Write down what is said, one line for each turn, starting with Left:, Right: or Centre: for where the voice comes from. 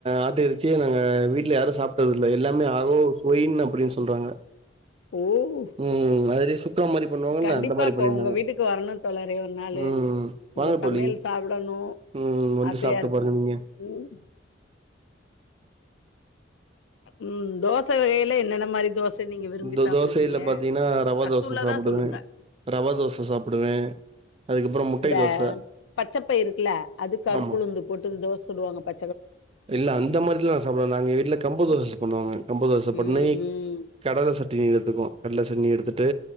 Right: ஆட்டுறச்சி நாங்க வீட்ல யாரு சாப்பட்ட ல எல்லாமே ஆகோ சோயின்ன அப்டின் சொல்றாங்க
Left: ஓஹோ
Right: ம் அதுலயே சுக்கா மாரி பண்ணுவாங்கல்ல
Left: கண்டிப்பா
Right: அந்த மாரி
Left: ப்ப
Right: பண்ணிருந்தாங்க
Left: ஒங்க வீட்டுக்கு வரணு தோழரே ஒரு நாளு
Right: ம்
Left: உங்க
Right: வாங்க
Left: சமயல்
Right: தோழி
Left: சாப்படணு
Right: ம் வந்து
Left: ஆசயா
Right: சாப்ட்டு
Left: இருக்கு
Right: பாருங்க நீங்க
Left: ம் உம் தோச வகையில என்னென்ன மாரி தோச நீங்க விரும்பி
Right: இந்த
Left: சாப்பிடுவீங்க
Right: தோசைல பாத்தீங்கன்னா ரவா
Left: சத்துள்ளதா
Right: தோச சாப்புடுவே
Left: சொல்லுங்க
Right: ரவா தோச சாப்புடுவே அதுக்கப்புறோ முட்டை
Left: இந்த
Right: தோச
Left: பச்சப்பயிறு இருக்குல அது கருப்புளுந்து
Right: ஆமா
Left: போட்டு தோசசுடுவாங்க ப
Right: இல்ல அந்த மாரிலா சாப்ற நாங்கவீட்ல கம்பு தோச பண்வாங்க கம்பு தோச
Left: ம்
Right: பண்ணி கடல சட்னி எத்துக்வோ கடல சன்னி எடுத்துட்டு